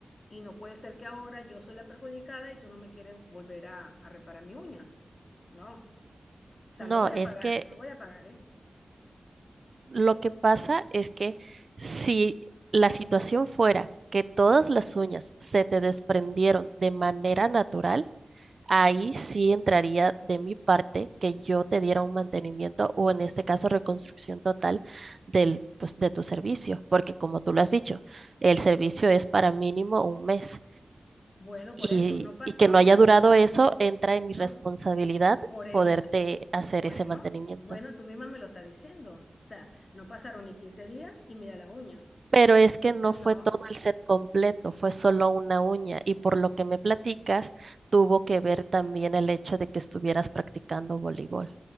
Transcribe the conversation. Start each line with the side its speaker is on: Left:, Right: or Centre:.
Left: y no puede ser que ahora yo soy la perjudicada y tú no me quieres volver a, a reparar mi uña. No, o sea,
Right: no,
Left: no voy
Right: es
Left: a pagar,
Right: que
Left: no voy a pagar, ¿eh?
Right: lo que pasa es que si la situación fuera que todas las uñas se te desprendieron de manera natural, Ahí sí entraría de mi parte que yo te diera un mantenimiento o en este caso reconstrucción total del, pues, de tu servicio, porque como tú lo has dicho, el servicio es para mínimo un mes
Left: Bueno, por
Right: y,
Left: eso, no pasó,
Right: y que no
Left: no
Right: haya
Left: pasaron,
Right: durado eso entra en mi responsabilidad
Left: no. Por eso,
Right: poderte hacer
Left: bueno,
Right: ese mantenimiento.
Left: bueno, tú misma me lo estás diciendo. O sea, no pasaron ni 15 días y mira la uña.
Right: Pero es
Left: Entonces,
Right: que no
Left: no.
Right: fue todo el set completo, fue solo una uña y por lo que me platicas, tuvo que ver también el hecho de que estuvieras practicando voleibol.